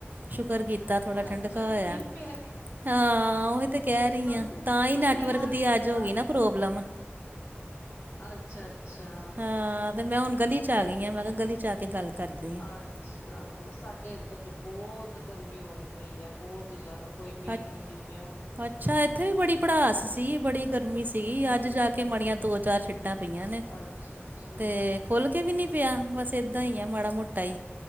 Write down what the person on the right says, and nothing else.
ਸ਼ੁਕਰ ਕੀਤਾ ਕੀਤਾ ਥੋੜ੍ਹਾ ਠੰਡਕਾ
ਹੋਇਆ
ਹਾਂ ਉਹੀ ਤੇ ਕਹਿ ਰਹੀ
ਆ, ਤਾਂ ਹੀ
ਨੈਟਵਰਕ
ਦੀ
ਅੱਜ ਹੋ ਗਈ ਨਾ ਪ੍ਰੋਬਲਮ
ਹਾਂ ਤੇ ਮੈਂ ਹੁਣ ਗਲੀ ਚ' ਆ ਗਈ, ਮੈਂ ਕਿਹਾ ਗਲੀ ਚ' ਆ ਕੇ ਗੱਲ ਕਰਦੀ ਹਾਂ
ਅੱ
ਅੱਛਾ ਇੱਥੇ ਵੀ ਬੜੀ ਪੜਾਸ ਸੀ, ਬੜੀ ਗਰਮੀ ਸੀਗੀ,
ਅੱਜ ਜਾ ਕੇ ਮਾੜੀਆਂ ਦੋ ਚਾਰ ਛਿੱਟ ਟ <inaudible> ਪਈਆਂ ਨੇ,
ਤੇ ਖੁੱਲ ਕੇ ਵੀ ਨੀ ਪਿਆ, ਬਸ ਏਦਾਂ ਹੀ ਆ ਮਾੜਾ ਮੋਟਾ ਹੀ।